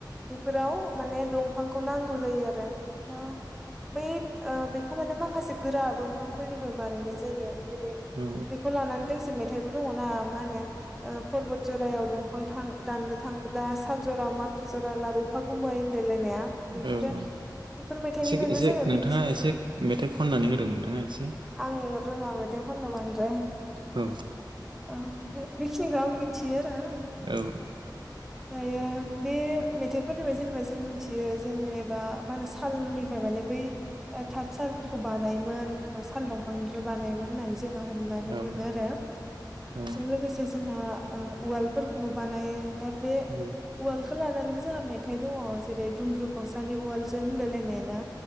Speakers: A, in the centre; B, on the right.
A: बेफोराव माने दंफांखौ नांगौ जायो आरो दा बै ओ बेखौ माने माखासे गोरा दंफां फोरनिफ्राय बानायनाय जायो जेरै
B: औ
A: बेखौ लानानै दोंसे मेथाइबो दङना मा होनो ओ पर्बत जरायाव दफां थां दाननो थांबोला साल जरा माखु जरा लाबोफा गुमै होनलायलायनाया बेफोरो
B: औ औ
A: बेफोर मेथाइनिफ्रायबो
B: एसे एसे
A: जोङो
B: नोंथाङा
A: मिथिनो
B: एसे
A: मोनो
B: मेथाइ खननानै होदो नोंथाङा एसे
A: ङा रोङा मेथाइ खननो बांद्राय
B: औ
A: औ ओमफ्राय बिखिनिखौ आं मिनथियो रा
B: औ
A: दायो बे मेथाइफोरनिफ्राय जेनेबा जों मिथियो जेनेबा मा होनो सालनिफ्राय माने बै ओ थाथ सालफोरखौ बानायोमोन बा साल दंफांनिफ्राय बानायोमोन होननानै जोंहा हमनानै
B: औ
A: मोनो आरो
B: औ
A: बेजों लोगोसे जोंहा ओ उवालफोरखौबो बानायो दा बे
B: औ
A: उवालखौ लानानैबो जोंहा मेथाइ दङ जेरै दुमब्रु खावसानि उवाल जों होनलायलायनाया ना